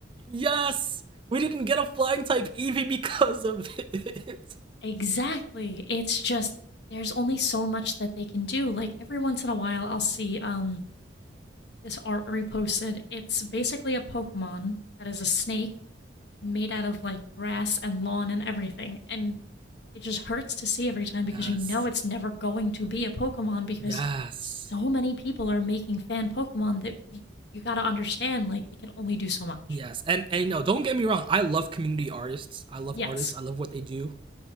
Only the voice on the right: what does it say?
Yes, we didn't get a flying type Eevee <laughs> because of it. <laughs>
Yes,
yes,
yes. And and you know, don't get me wrong. I love community artists. I love
artists. I love what they do.